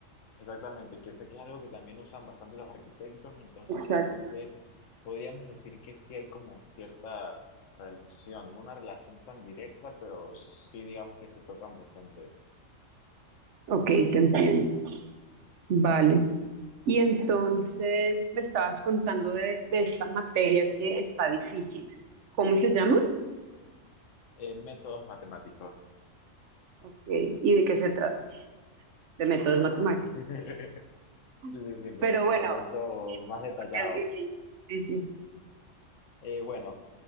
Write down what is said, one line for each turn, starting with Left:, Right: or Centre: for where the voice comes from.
Left: Exactamente, que sé que es algo que también usan bastante los arquitectos, y entonces
Right: Exacto.
Left: realmente podríamos decir que sí hay como cierta relación, no una relación tan directa, pero sí digamos que se tocan bastante.
Right: Ok, te entiendo. Vale. Y entonces me estabas contando de, de esta materia que está difícil. ¿Cómo se llama?
Left: Eh, métodos matemáticos,
Right: Ok, ¿Y de qué se trata? De métodos
Left: bueno.
Right: matemáticos.
Left: <laughs>
Right: <laughs>
Left: Sí, sí, sí, pero
Right: Pero
Left: te
Right: bueno,
Left: lo cuento más detallado.
Right: porque es difícil. Sí, sí.
Left: Eh, bueno,